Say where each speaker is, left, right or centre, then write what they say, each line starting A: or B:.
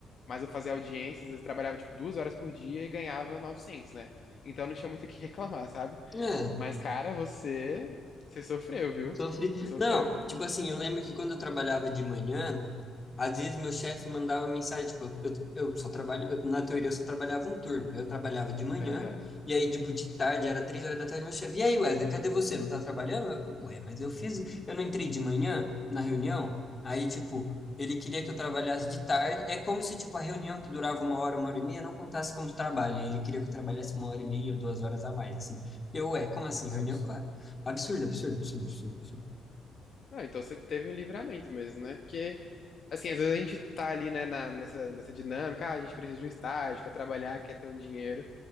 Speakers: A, on the left; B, on the left.
A: mas eu fazia audiências, eu trabalhava, tipo, duas horas por dia e ganhava novecentos né? Então não tinha muito o que reclamar, sabe?
B: É.
A: Mas, cara, você. Você sofreu, viu?
B: Sofri.
A: Você sofreu.
B: Não, tipo assim, eu lembro que quando eu trabalhava de manhã, às vezes meu chefe mandava mensagem, tipo, eu, eu só trabalho, eu, na teoria eu só trabalhava um turno. Eu trabalhava de manhã,
A: Aham.
B: e aí, tipo, de tarde, era três horas da tarde, meu chefe, e aí, Wesley, cadê você? Não tá trabalhando? Eu, Ué, mas eu fiz, eu não entrei de manhã na reunião? Aí, tipo, ele queria que eu trabalhasse de tarde. É como se, tipo, a reunião que durava uma hora, uma hora e meia, não contasse como trabalho. Aí Ele queria que eu trabalhasse uma hora e meia ou duas horas a mais, assim. Eu, ué, como assim,
A: Nossa,
B: reunião?
A: absurdo.
B: Claro, Absurdo, absurdo, absurdo, absurdo.
A: Não, então você teve um livramento mesmo, né? Porque, assim, às vezes a gente tá ali, né, na- nessa, nessa dinâmica, ah, a gente precisa de um estágio, quer trabalhar, quer ter um dinheiro,